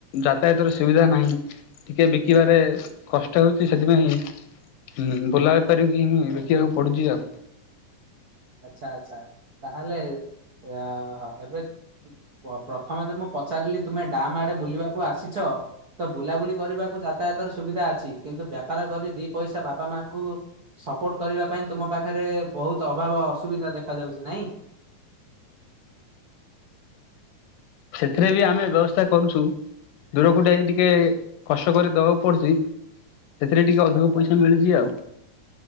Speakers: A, on the left; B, on the right.
A: ଯାତାୟାତର ସୁବିଧା ନାହିଁ ଟିକେ ବିକିବାରେ କଷ୍ଟ ହେଉଛି। ସେଥିପାଇଁଁ ବୁଲା ବେପାରି କି
B: ଆଚ୍ଛା
A: ବିକିବାକୁ
B: ଆଚ୍ଛା
A: ପଡୁଛି ଆଉ।
B: ଆଚ୍ଛା ଆଚ୍ଛା ତାହେଲେ ଅ ଏବେ ପ୍ରଥମେ ଯେ ମୁଁ ପଚାରିଲି ତୁମେ ଡାମ୍ ଆଡେ ବୁଲିବାକୁ ଆସିଛ? ତ ବୁଲାବୁଲି କରିବାକୁ ଯାତାୟାତର ସୁବିଧା ଅଛି କିନ୍ତୁ ବେପାର କରି ଦି ପଇସା ବାପା ମାଆଙ୍କୁ ସପୋର୍ଟ କରିବା ପାଇଁ ତୁମ ପାଖରେ ବହୁତ ଭ ବା ଅସୁବିଧା ଦେଖା ଯାଉଛି ନାଇଁ।
A: ସେଥିରେ ବି ଆମେ ବ୍ୟବସ୍ଥା କରୁଛୁ। ଦୂରକୁ ଯାଇ ଟିକେ କଷ୍ଟ କରି ଦବାକୁ ପଡୁଛି। ସେଥିରେ ଟିକେ ଅଧିକ
B: ଆଚ୍ଛା।
A: ପଇସା ମିଳୁଛି ଆଉ।